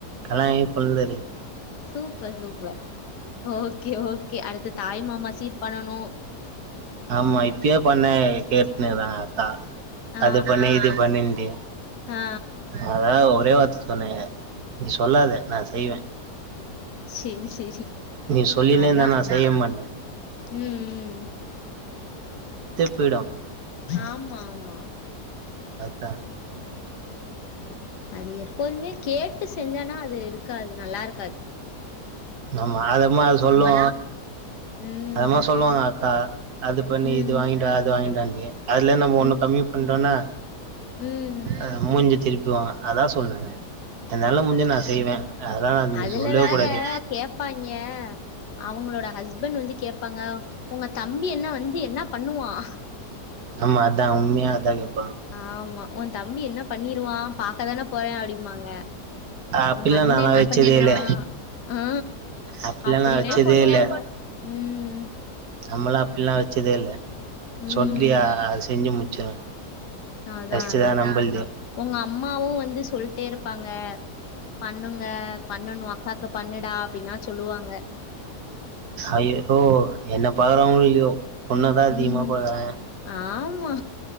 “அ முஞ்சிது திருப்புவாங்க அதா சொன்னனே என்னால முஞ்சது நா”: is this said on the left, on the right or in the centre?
Right